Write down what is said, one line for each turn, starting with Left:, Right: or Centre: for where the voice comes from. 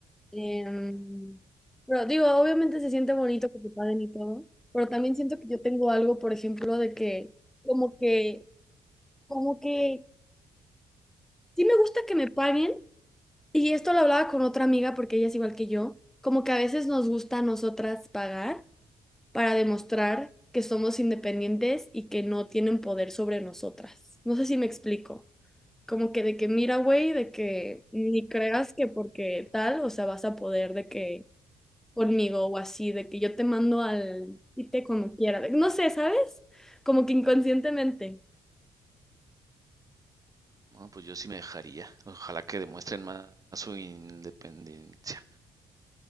Centre: Em, pero digo, obviamente se siente bonito que te paguen y todo, pero también siento que yo tengo algo, por ejemplo, de que como que, como que sí me gusta que me paguen, Y esto lo hablaba con otra amiga porque ella es igual que yo, como que a veces nos gusta a nosotras pagar para demostrar que somos independientes y que no tienen poder sobre nosotras. No sé si me explico. Como que de que mira, güey, de que ni creas que porque tal, o sea, vas a poder de que conmigo o así, de que yo te mando al y te como quiera. de- no sé, ¿sabes? Como que inconscientemente.
Right: No, pues yo sí me dejaría. Ojalá que demuestren más su independencia.